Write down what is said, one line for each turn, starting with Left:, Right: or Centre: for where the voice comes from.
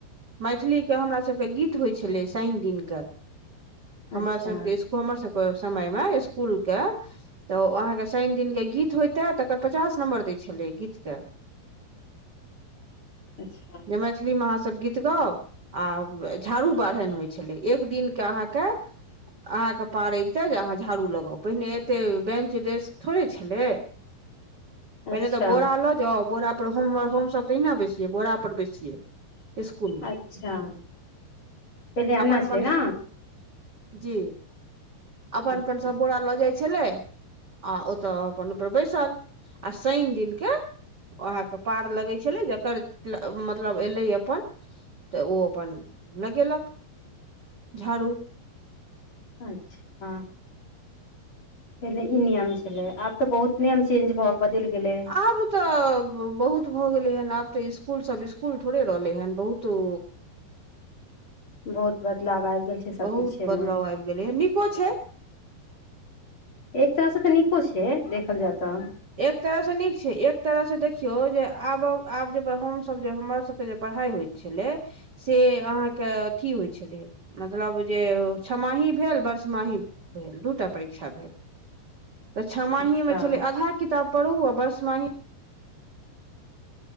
Right: मैथिलीके हमरा सभके गीत होइ छलै शनि दिन कऽ हमरा
Left: अच्छा
Right: सभके स्कू हमर सबके समय मऽ स्कुल के तऽ ओ अहाँके शनि दिनके गीत होइते तकर पचास नम्बर दै छेलै गीतके
Left: अच्छा
Right: जे मैथिली मऽ अहाँसभ गी तऽ गाउ आ झाड़ू बाढ़ैन होइ छलै एक दिन के अहाँके अहाँके पार अबिते जे अहाँ झाड़ू लगाउ पहिने एते बेंच-डेस्क थोड़े छलै
Left: <inaudible> अच्छा
Right: पहिने तऽ बोरा लऽ जाउ बोरा पर हम हमसभ तऽ एहिना बैसिय बोरा पर बैसिये इस्कुल मे
Left: अच्छा पहिले एना
Right: अपन-अपन
Left: छलै ने
Right: जी अपन-अपन
Left: अच्छा
Right: सब बोरा लऽ जाइ छलै आ ओतऽ अपन-अपन बैसल आ शनि दिन केँ ओ अहाँ कऽ पार लगे छेलै जकर मतलब एलै अपन तऽ ओ अपन लगेलक झाड़ू
Left: अच्छा हँ पहिले ई नियम छेलै आब तऽ बहुत नियम चेंज भऽ बदैल गेलै
Right: आब तऽ बहुत भऽ गेलै हन आब तऽ स्कूल सब स्कूल थोड़े रहलै हन बहुत ऊ
Left: बहुत बदलाव आबि गेल छै सभकिछेमे
Right: बहुत बदलाव आइब गेलैय नीको छै
Left: एक तरह सँ तऽ नीको छै देखल जै तऽ
Right: एक तरह स नीक छै एक तरह से देखियौ जे आबक आब जे हम सब जे हमर सब के जे पढ़ाई होय छेलै से अहाँकेँ अथी होइ छेलै मतलब जे ओ छमाही भेल बर्षमाही भेल दूटा परीक्षा भेल
Left: <inaudible>
Right: तऽ छ माही
Left: अच्छा
Right: मे छलै आधा किताब पढ़ू आ बर्षमाही